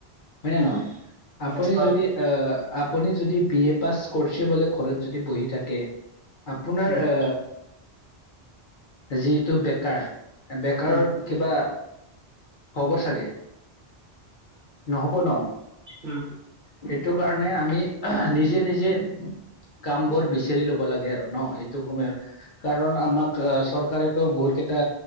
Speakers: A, on the left; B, on the right.
A: হয় নে
B: উম,
A: নহয়
B: উম,
A: আপুনি
B: হয়
A: যদি
B: হয়
A: আহ, আপুনি যদি বি এ পাছ কৰিছে বোলে ঘৰত যদি বহি থাকে। আপোনাৰ
B: উম
A: আ যিটো বেকাৰ। বেকাৰৰ
B: উম
A: কিবা হব চাগে। নহব ন।
B: উম
A: সেইটো কাৰণে আমি নিজে নিজে। কাম বোৰ বিচাৰি লব লাগে আৰু ন এইটো সময়ত। কাৰণ আমাক চৰকাৰেতো বহুত কেইটা